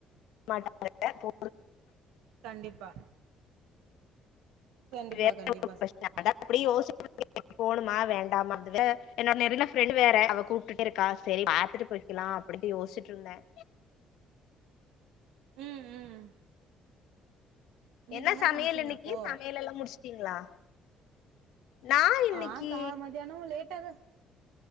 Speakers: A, on the left (about 75°); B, on the right (about 80°).
A: மாட்டாங்க போ
B: கண்டிப்பா கண்டிப்பா
A: <unintelligible>
B: கண்டிப்பா சிஸ்டர்
A: அப்டி யோச்சுட்டு இருக்கே போகணுமா வேண்டாமா அது என்னோட நெருங்குன ஃப்ரெண்ட் வேற அவ கூப்ட்டு இருக்கா செரி பாத்துட்டு போய்கலாம் அப்டின் யோசிட்டு இருந்தேன்
B: ம் ம் இன்னைக்கு
A: என்ன சமையல்
B: சமைச்சீங்க
A: இன்னைக்கு
B: அப்போ
A: சமையலெல்லாம் முடிச்சுட்டீங்களா நான் இன்னைக்கு
B: ஆ கா மதியானம் லேட்டாதா